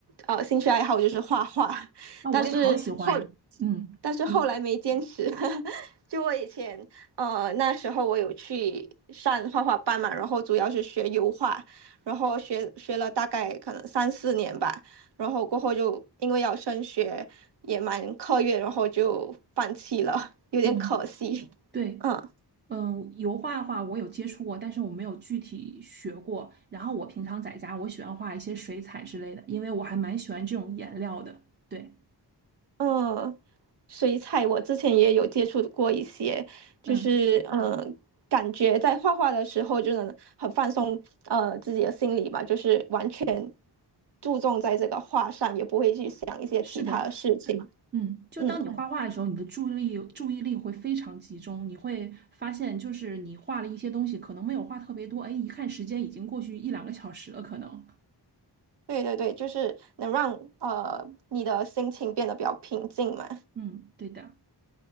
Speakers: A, on the right; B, on the right.
A: 呃兴趣爱好就是画画，
B: 啊，
A: 但是后
B: 我也好喜欢。嗯，
A: 但是后来没坚持。
B: 你
A: <laughs> 就我以前，呃，那时候我有去上画画班嘛，然后主要是学油画，然后学学了大概可能三四年吧，然后过后就因为要升学，也蛮课业，然后就放弃了，有点可惜。
B: 嗯，对，
A: <laughs> 嗯
B: 嗯、油画的话我有接触过，但是我没有具体学过。然后我平常在家，我喜欢画一些水彩之类的，因为我还蛮喜欢这种颜料的。对，
A: 嗯，水彩我之前也有接触过一些，就是嗯，
B: 嗯，
A: 感觉在画画的时候就能很放松，呃，自己的心理吧，就是完全注重在这个画上，也不会去想一些其他的事情。
B: 是的。嗯，就当你画画的时候，
A: 嗯，
B: 你的注意力注意力会非常集中，你会发现，就是你画了一些东西，可能没有画特别多，哎，一看时间已经过去一两个小时了，可能。
A: 对对对，就是能让呃你的心情变得比较平静嘛。
B: 嗯，对的。